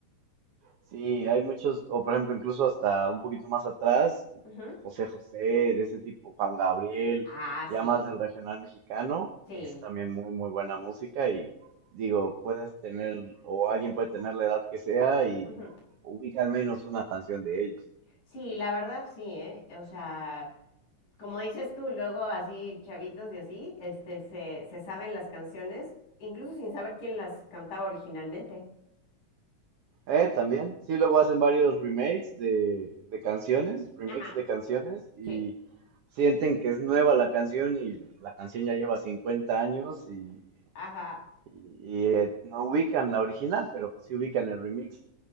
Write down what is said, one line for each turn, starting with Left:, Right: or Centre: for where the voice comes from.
Right: Sí, hay muchos, o por ejemplo, incluso hasta un poquito más atrás,
Left: Ujú.
Right: José José, de ese tipo, Juan Gabriel,
Left: Ah,
Right: ya
Left: sí,
Right: más del regional mexicano,
Left: sí.
Right: es también muy, muy buena música y digo, puedes tener, o alguien puede tener la edad que sea y
Left: Ujú.
Right: ubica al menos una canción de ellos.
Left: Sí, la verdad sí, ¿eh? O sea, como dices tú, luego así chavitos y así, este, se, se saben las canciones, incluso sin saber quién las cantaba originalmente.
Right: Eh, también, sí, luego hacen varios remakes de, de canciones, remix
Left: Ajá,
Right: de canciones y
Left: sí,
Right: sienten que es nueva la canción y la canción ya lleva 50 años y
Left: ajá,
Right: Y, y, eh, no ubican la original, pero pues sí ubican el remix.